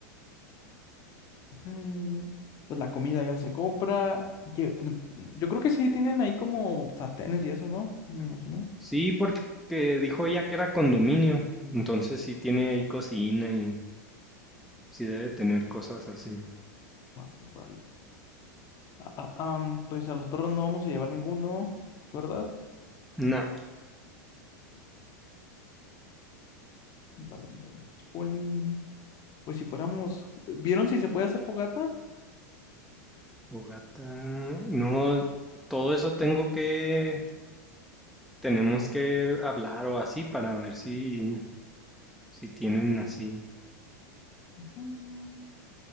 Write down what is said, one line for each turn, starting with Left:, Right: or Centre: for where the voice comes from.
Left: Mm, Pues la comida ya se compra. Lle- ten- Yo creo que sí tienen ahí como sartenes y eso, ¿no? Me imagino.
Centre: Sí, porque dijo ella que era condominio. Entonces sí tiene ahí cocina y sí debe tener cosas así.
Left: Vale, vale. Ah, ah, am, pues a los perros no vamos a llevar ninguno, ¿verdad?
Centre: Nah,
Left: Balón de boli. Pues si fuéramos... ¿Vieron si se puede hacer fogata?
Centre: fogata. No, todo eso tengo que Tenemos que hablar o así para ver si, si tienen así.
Left: Mm,